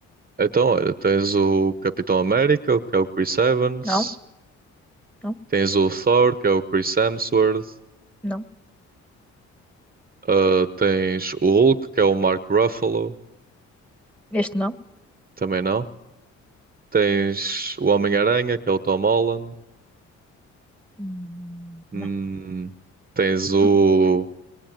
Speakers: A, on the right; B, in the centre.
A: Então, olha, tens o Capitão América, que é o Chris Evans,
B: Não, não,
A: tens o Thor, que é o Chris Hemsworth,
B: não.
A: ah, tens o Hulk, que é o Mark Ruffalo,
B: Este não.
A: também não. Tens o Homem-Aranha, que é o Tom Holland,
B: Hum,
A: Hum,
B: Não.
A: tens o.
B: Hum, hum.